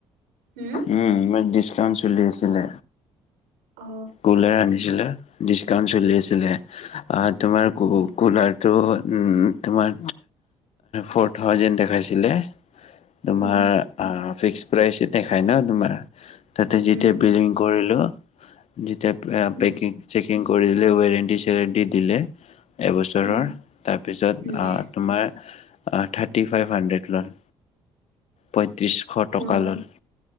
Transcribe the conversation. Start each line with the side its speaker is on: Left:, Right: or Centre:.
Right: উম
Left: উম, কাম চলি আছিলে।
Right: অ,
Left: কুলাৰ আনিছিলো ডিছকাউণ্ট চলি আছিলে তোমাৰ
Right: অ',
Left: ক কুলাৰ ত' উ তোমাৰ ফৰ থাউজেণ্ড দেখাইছিলে। তোমাৰ
Right: উম,
Left: ফিক্স প্ৰাইচ এ দেখায় ন তোমাৰ। তাতে যেতিয়া
Right: উম,
Left: বিলিং কৰিলো। যিতেয়া
Right: উম,
Left: পেকিং চেকিং কৰি দিল ৱেৰেণ্টি চেৰেণ্টি দিলে। এবছৰৰ
Right: উম,
Left: তাৰপিছত
Right: উম,
Left: তোমাৰ থাৰ্টি ফাইভ হাণ্ড্ৰেড লোল। পঁয়ত্ৰিছশ টকা
Right: অ',
Left: ল'লে।